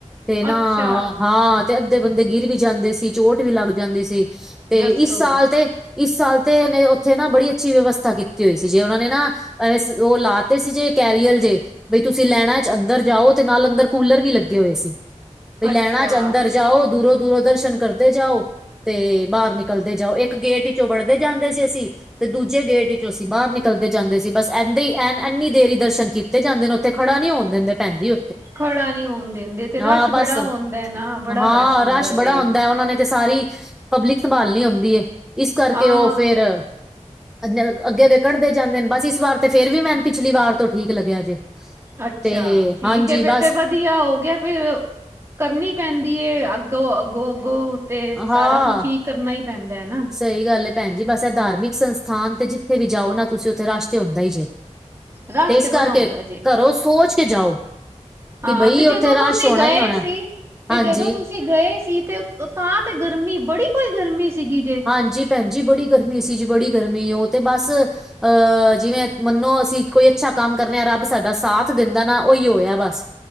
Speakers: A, in the centre; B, on the right.
A: ਤੇ ਨਾ
B: ਅੱਛਾ।
A: ਹਾਂ ਤੇ ਅੱਧੇ ਬੰਦੇ ਗਿਰ ਵੀ ਜਾਂਦੇ ਸੀ ਚੋਟ ਵੀ ਲੱਗ ਜਾਂਦੀ ਸੀ। ਤੇ
B: ਦੱਸੋ
A: ਇਸ ਸਾਲ ਤੇ ਇਸ ਸਾਲ ਤੇ ਉੱਥੇ ਨਾ ਬੜੀ ਅੱਛੀ ਵਿਵਸਥਾ ਕੀਤੀ ਹੋਈ ਸੀ ਜੇ ਉਹਨਾਂ ਨੇ ਨਾ ਓ ਲਾਤੇ ਸੀ ਜੇ ਕੈਰੀਅਲ ਜੇ। ਬਈ ਤੁਸੀਂ ਲੈਨਾ ਚ ਅੰਦਰ ਜਾਓ ਤੇ ਨਾਲ ਅੰਦਰ ਕੂਲਰ ਵੀ ਲੱਗੇ ਹੋਏ ਸੀ। ਵੀ ਲੈਣਾ
B: ਅੱਛਾ।
A: ਚ ਅੰਦਰ ਜਾਓ ਦੂਰੋਂ ਦੂਰੋਂ ਦਰਸ਼ਨ ਕਰਦੇ ਜਾਓ। ਤੇ ਬਾਰ ਨਿਕਲਦੇ ਜਾਓ ਇੱਕ ਗੇਟ ਵਿਚੋਂ ਵੜਦੇ ਜਾਂਦੇ ਸੀ ਅਸੀਂ। ਤੇ ਦੂਜੇ ਗੇਟ ਵਿੱਚੋਂ ਅਸੀਂ ਬਾਹਰ ਨਿਕਲਦੇ ਜਾਂਦੇ ਸੀ ਬਸ ਏਦਾਂ ਐ ਇੰਨੀ ਦੇਰ ਈ ਦਰਸ਼ਨ ਕੀ ਜਾਂਦੇ ਉੱਥੇ ਖੜਾ ਨੀ ਹੋਣ ਦਿੰਦੇ ਭੈਣਜੀ।
B: ਖੜਾ ਨੀ ਹੋਣ ਦਿੰਦੇ ਤੇ
A: ਹਾਂ,
B: ਰਸ਼
A: ਬਸ
B: ਬੜਾ ਹੁੰਦਾ ਨਾ ਬੜਾ
A: ਹਾਂ
B: ਹੁੰਦਾ
A: ਰਸ਼ ਬੜਾ
B: ਜੇ।
A: ਹੁੰਦਾ ਉਹਨਾਂ ਨੇ। ਤੇ ਸਾਰੀ ਪਬਲਿਕ ਸੰਭਾਲਣੀ ਹੁੰਦੀ ਐ ਇਸ ਕਰਕੇ
B: ਹਾਂ
A: ਉਹ ਫੇਰ ਅੱਗੇ ਅੱਗੇ ਕੱਢਦੇ ਜਾਂਦੇ ਨੇ ਬਸ ਇਸ ਵਾਰ ਤੇ ਫੇਰ ਵੀ ਮੈਨੂੰ ਪਿਛਲੀ ਵਾਰ ਤੋਂ ਠੀਕ ਲੱਗਿਆ ਜੇ
B: ਅੱਛਾ
A: ਤੇ
B: ਠੀਕ
A: ਹਾਂਜੀ
B: ਹੈ ਫੇਰ
A: ਬਸ
B: ਤੇ ਵਧੀਆ ਹੋ ਗਿਆ ਫੇਰ ਕਰਨੀ ਪੈਂਦੀ ਅੱਗੇ ਗੋ ਅਗੋ ਅਗੋ ਤੇ
A: ਹਾਂ
B: ਸਾਰਾ ਕੁਝ ਠੀਕ ਕਰਨਾ ਹੀ ਪੈਂਦਾ ਹੈ ਨਾ।
A: ਸਹੀ ਗੱਲ ਹੈਏ ਭੈਣ ਜੀ ਬਸ ਇਹ ਧਾਰਮਿਕ ਸੰਸਥਾਨ ਤੇ ਜਿੱਥੇ ਵੀ ਜਾਓ ਨਾ ਤੁਸੀਂ ਉੱਥੇ ਰਸ਼ ਤੇ ਹਉੁਦਾ ਹੀ ਜੇ
B: ਰਸ਼
A: ਤੇ ਇਸ ਕਰਕੇ
B: ਬੜਾ ਹੁੰਦਾ ਜੇ।
A: ਘਰੋ ਸੋਚ ਕੇ ਜਾਓ।
B: ਹਾਂ
A: ਕਿ ਬਈ
B: ਤੇ ਜਦੋਂ
A: ਇੱਥੇ ਰਸ਼
B: ਤੁਸੀਂ
A: ਹੋਣਾ
B: ਗਏ
A: ੲ ਹੋਣਾ,
B: ਸੀ ਤੇ
A: ਹਾਂਜੀ।
B: ਜਦੋਂ ਤੁਸੀਂ ਗਏ ਸੀ ਤੇ ਤਾਂ ਤੇ ਗਰਮੀ ਬੜੀ ਕੋਈ ਗਰਮੀ ਸੀਗੀ ਜੇ।
A: ਹਾਂਜੀ ਭੈਣ ਜੀ ਬੜੀ ਗਰਮੀ ਸੀ ਜੀ ਬੜੀ ਗਰਮੀ ਉਹ ਤੇ ਬਸ ਅਹ ਜਿਵੇਂ ਮੰਨੋ ਅਸੀਂ ਕੋਈ ਅੱਛਾ ਕੰਮ ਕਰਨੇ ਹਾਂ ਰੱਬ ਸਾਡਾ ਸਾਥ ਦਿੰਦਾ ਨਾ ਉਹੀ ਹੋਇਆ ਬਸ।